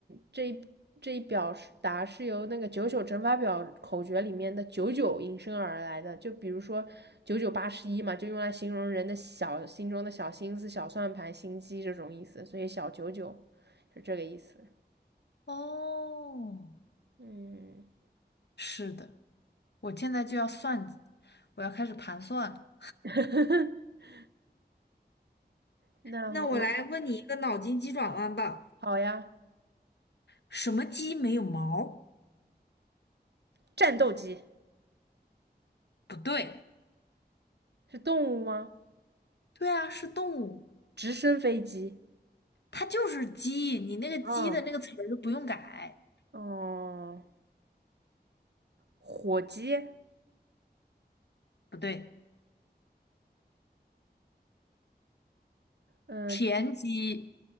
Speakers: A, on the right (about 75°); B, on the left (about 75°).
A: 这一这一表是达是由那个九九乘法表口诀里面的九九引申而来的。就比如说九九八十一嘛，就用来形容人的小心中的小心思、小算盘、心机这种意思。所以小九九是这个意思。
B: 哦，
A: 嗯，
B: 是的。我现在就要算计，我要开始盘算了
A: <laughs> 那我我
B: 那我来问你一个脑筋急转弯吧。
A: 好呀。
B: 什么鸡没有毛？
A: 战斗机
B: 不对，
A: 是动物吗？
B: 对啊，是动物，
A: 直升飞机。
B: 它就是鸡。你那个鸡的那个词儿不用改，
A: 啊，哦，火机。
B: 不对，
A: 嗯、
B: 田鸡